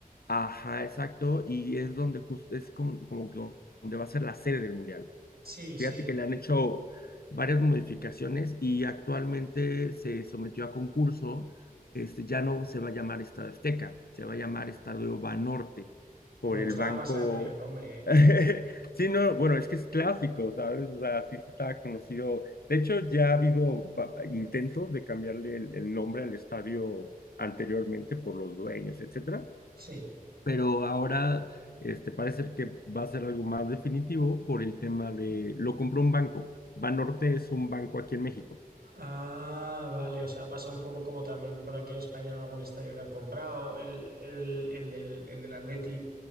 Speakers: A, on the left; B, on the right.
A: Ajá, exacto, y es donde justo es como, como do- donde va a ser la sede del mundial.
B: Sí, sí.
A: Fíjate que le han hecho varias modificaciones y actualmente se sometió a concurso. Este ya no se va a llamar Estadio Azteca, se va a llamar Estadio Banorte por
B: Me gustaba
A: el banco.
B: más el anterior nombre, ¿eh?
A: <laughs> Sí, no, bueno, es que es clásico, ¿sabes? O sea, sí se estaba conocido. De hecho, ya ha habido va- intentos de cambiarle el, el nombre al estadio anteriormente por los dueños, etcétera
B: Sí.
A: pero ahora este, parece que va a ser algo más definitivo por el tema de, lo compró un banco. Banorte es un banco aquí en México.
B: Ah, vale. O sea, pasa un poco como también por aquí en España en algún estadio que han comprado. El, el, el del, el del Atleti